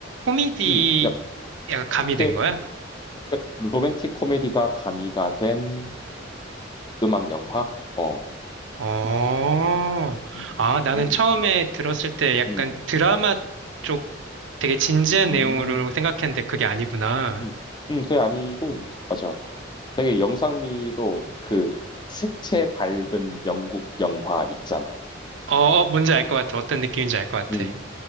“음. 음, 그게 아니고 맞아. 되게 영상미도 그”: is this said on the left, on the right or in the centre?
Left